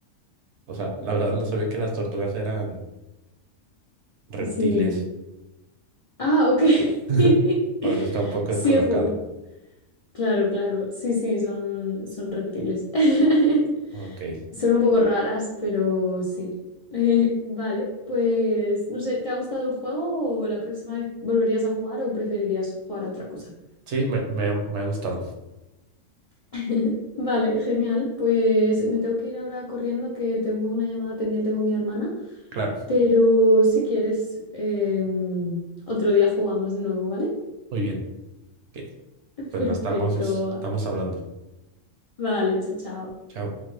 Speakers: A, on the right; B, on the left.
A: o sea, la verdad no sabía que las tortugas eran reptiles.
B: sí, dime. Ah, ok.
A: <laughs>
B: <laughs>
A: Por eso está un poco
B: Sí,
A: descolocado.
B: ju- claro, claro. Sí, sí, son, son reptiles. <laughs>
A: Ok.
B: Son un poco raras, pero sí. <laughs> Eh, vale, pues no sé, ¿te ha gustado el juego o la próxima vez volverías a jugar o preferirías jugar a otra cosa?
A: Sí, me, me, me ha gustado.
B: <laughs> Vale, genial. Pues me tengo que ir ahora corriendo que tengo una llamada pendiente con mi hermana,
A: Claro.
B: pero si quieres, em, otro día jugamos de nuevo, ¿vale?
A: Muy bien. Ok.
B: <laughs>
A: Pues
B: Perfecto.
A: nos estamos, estamos hablando.
B: Vale, chao, chao.
A: Chao.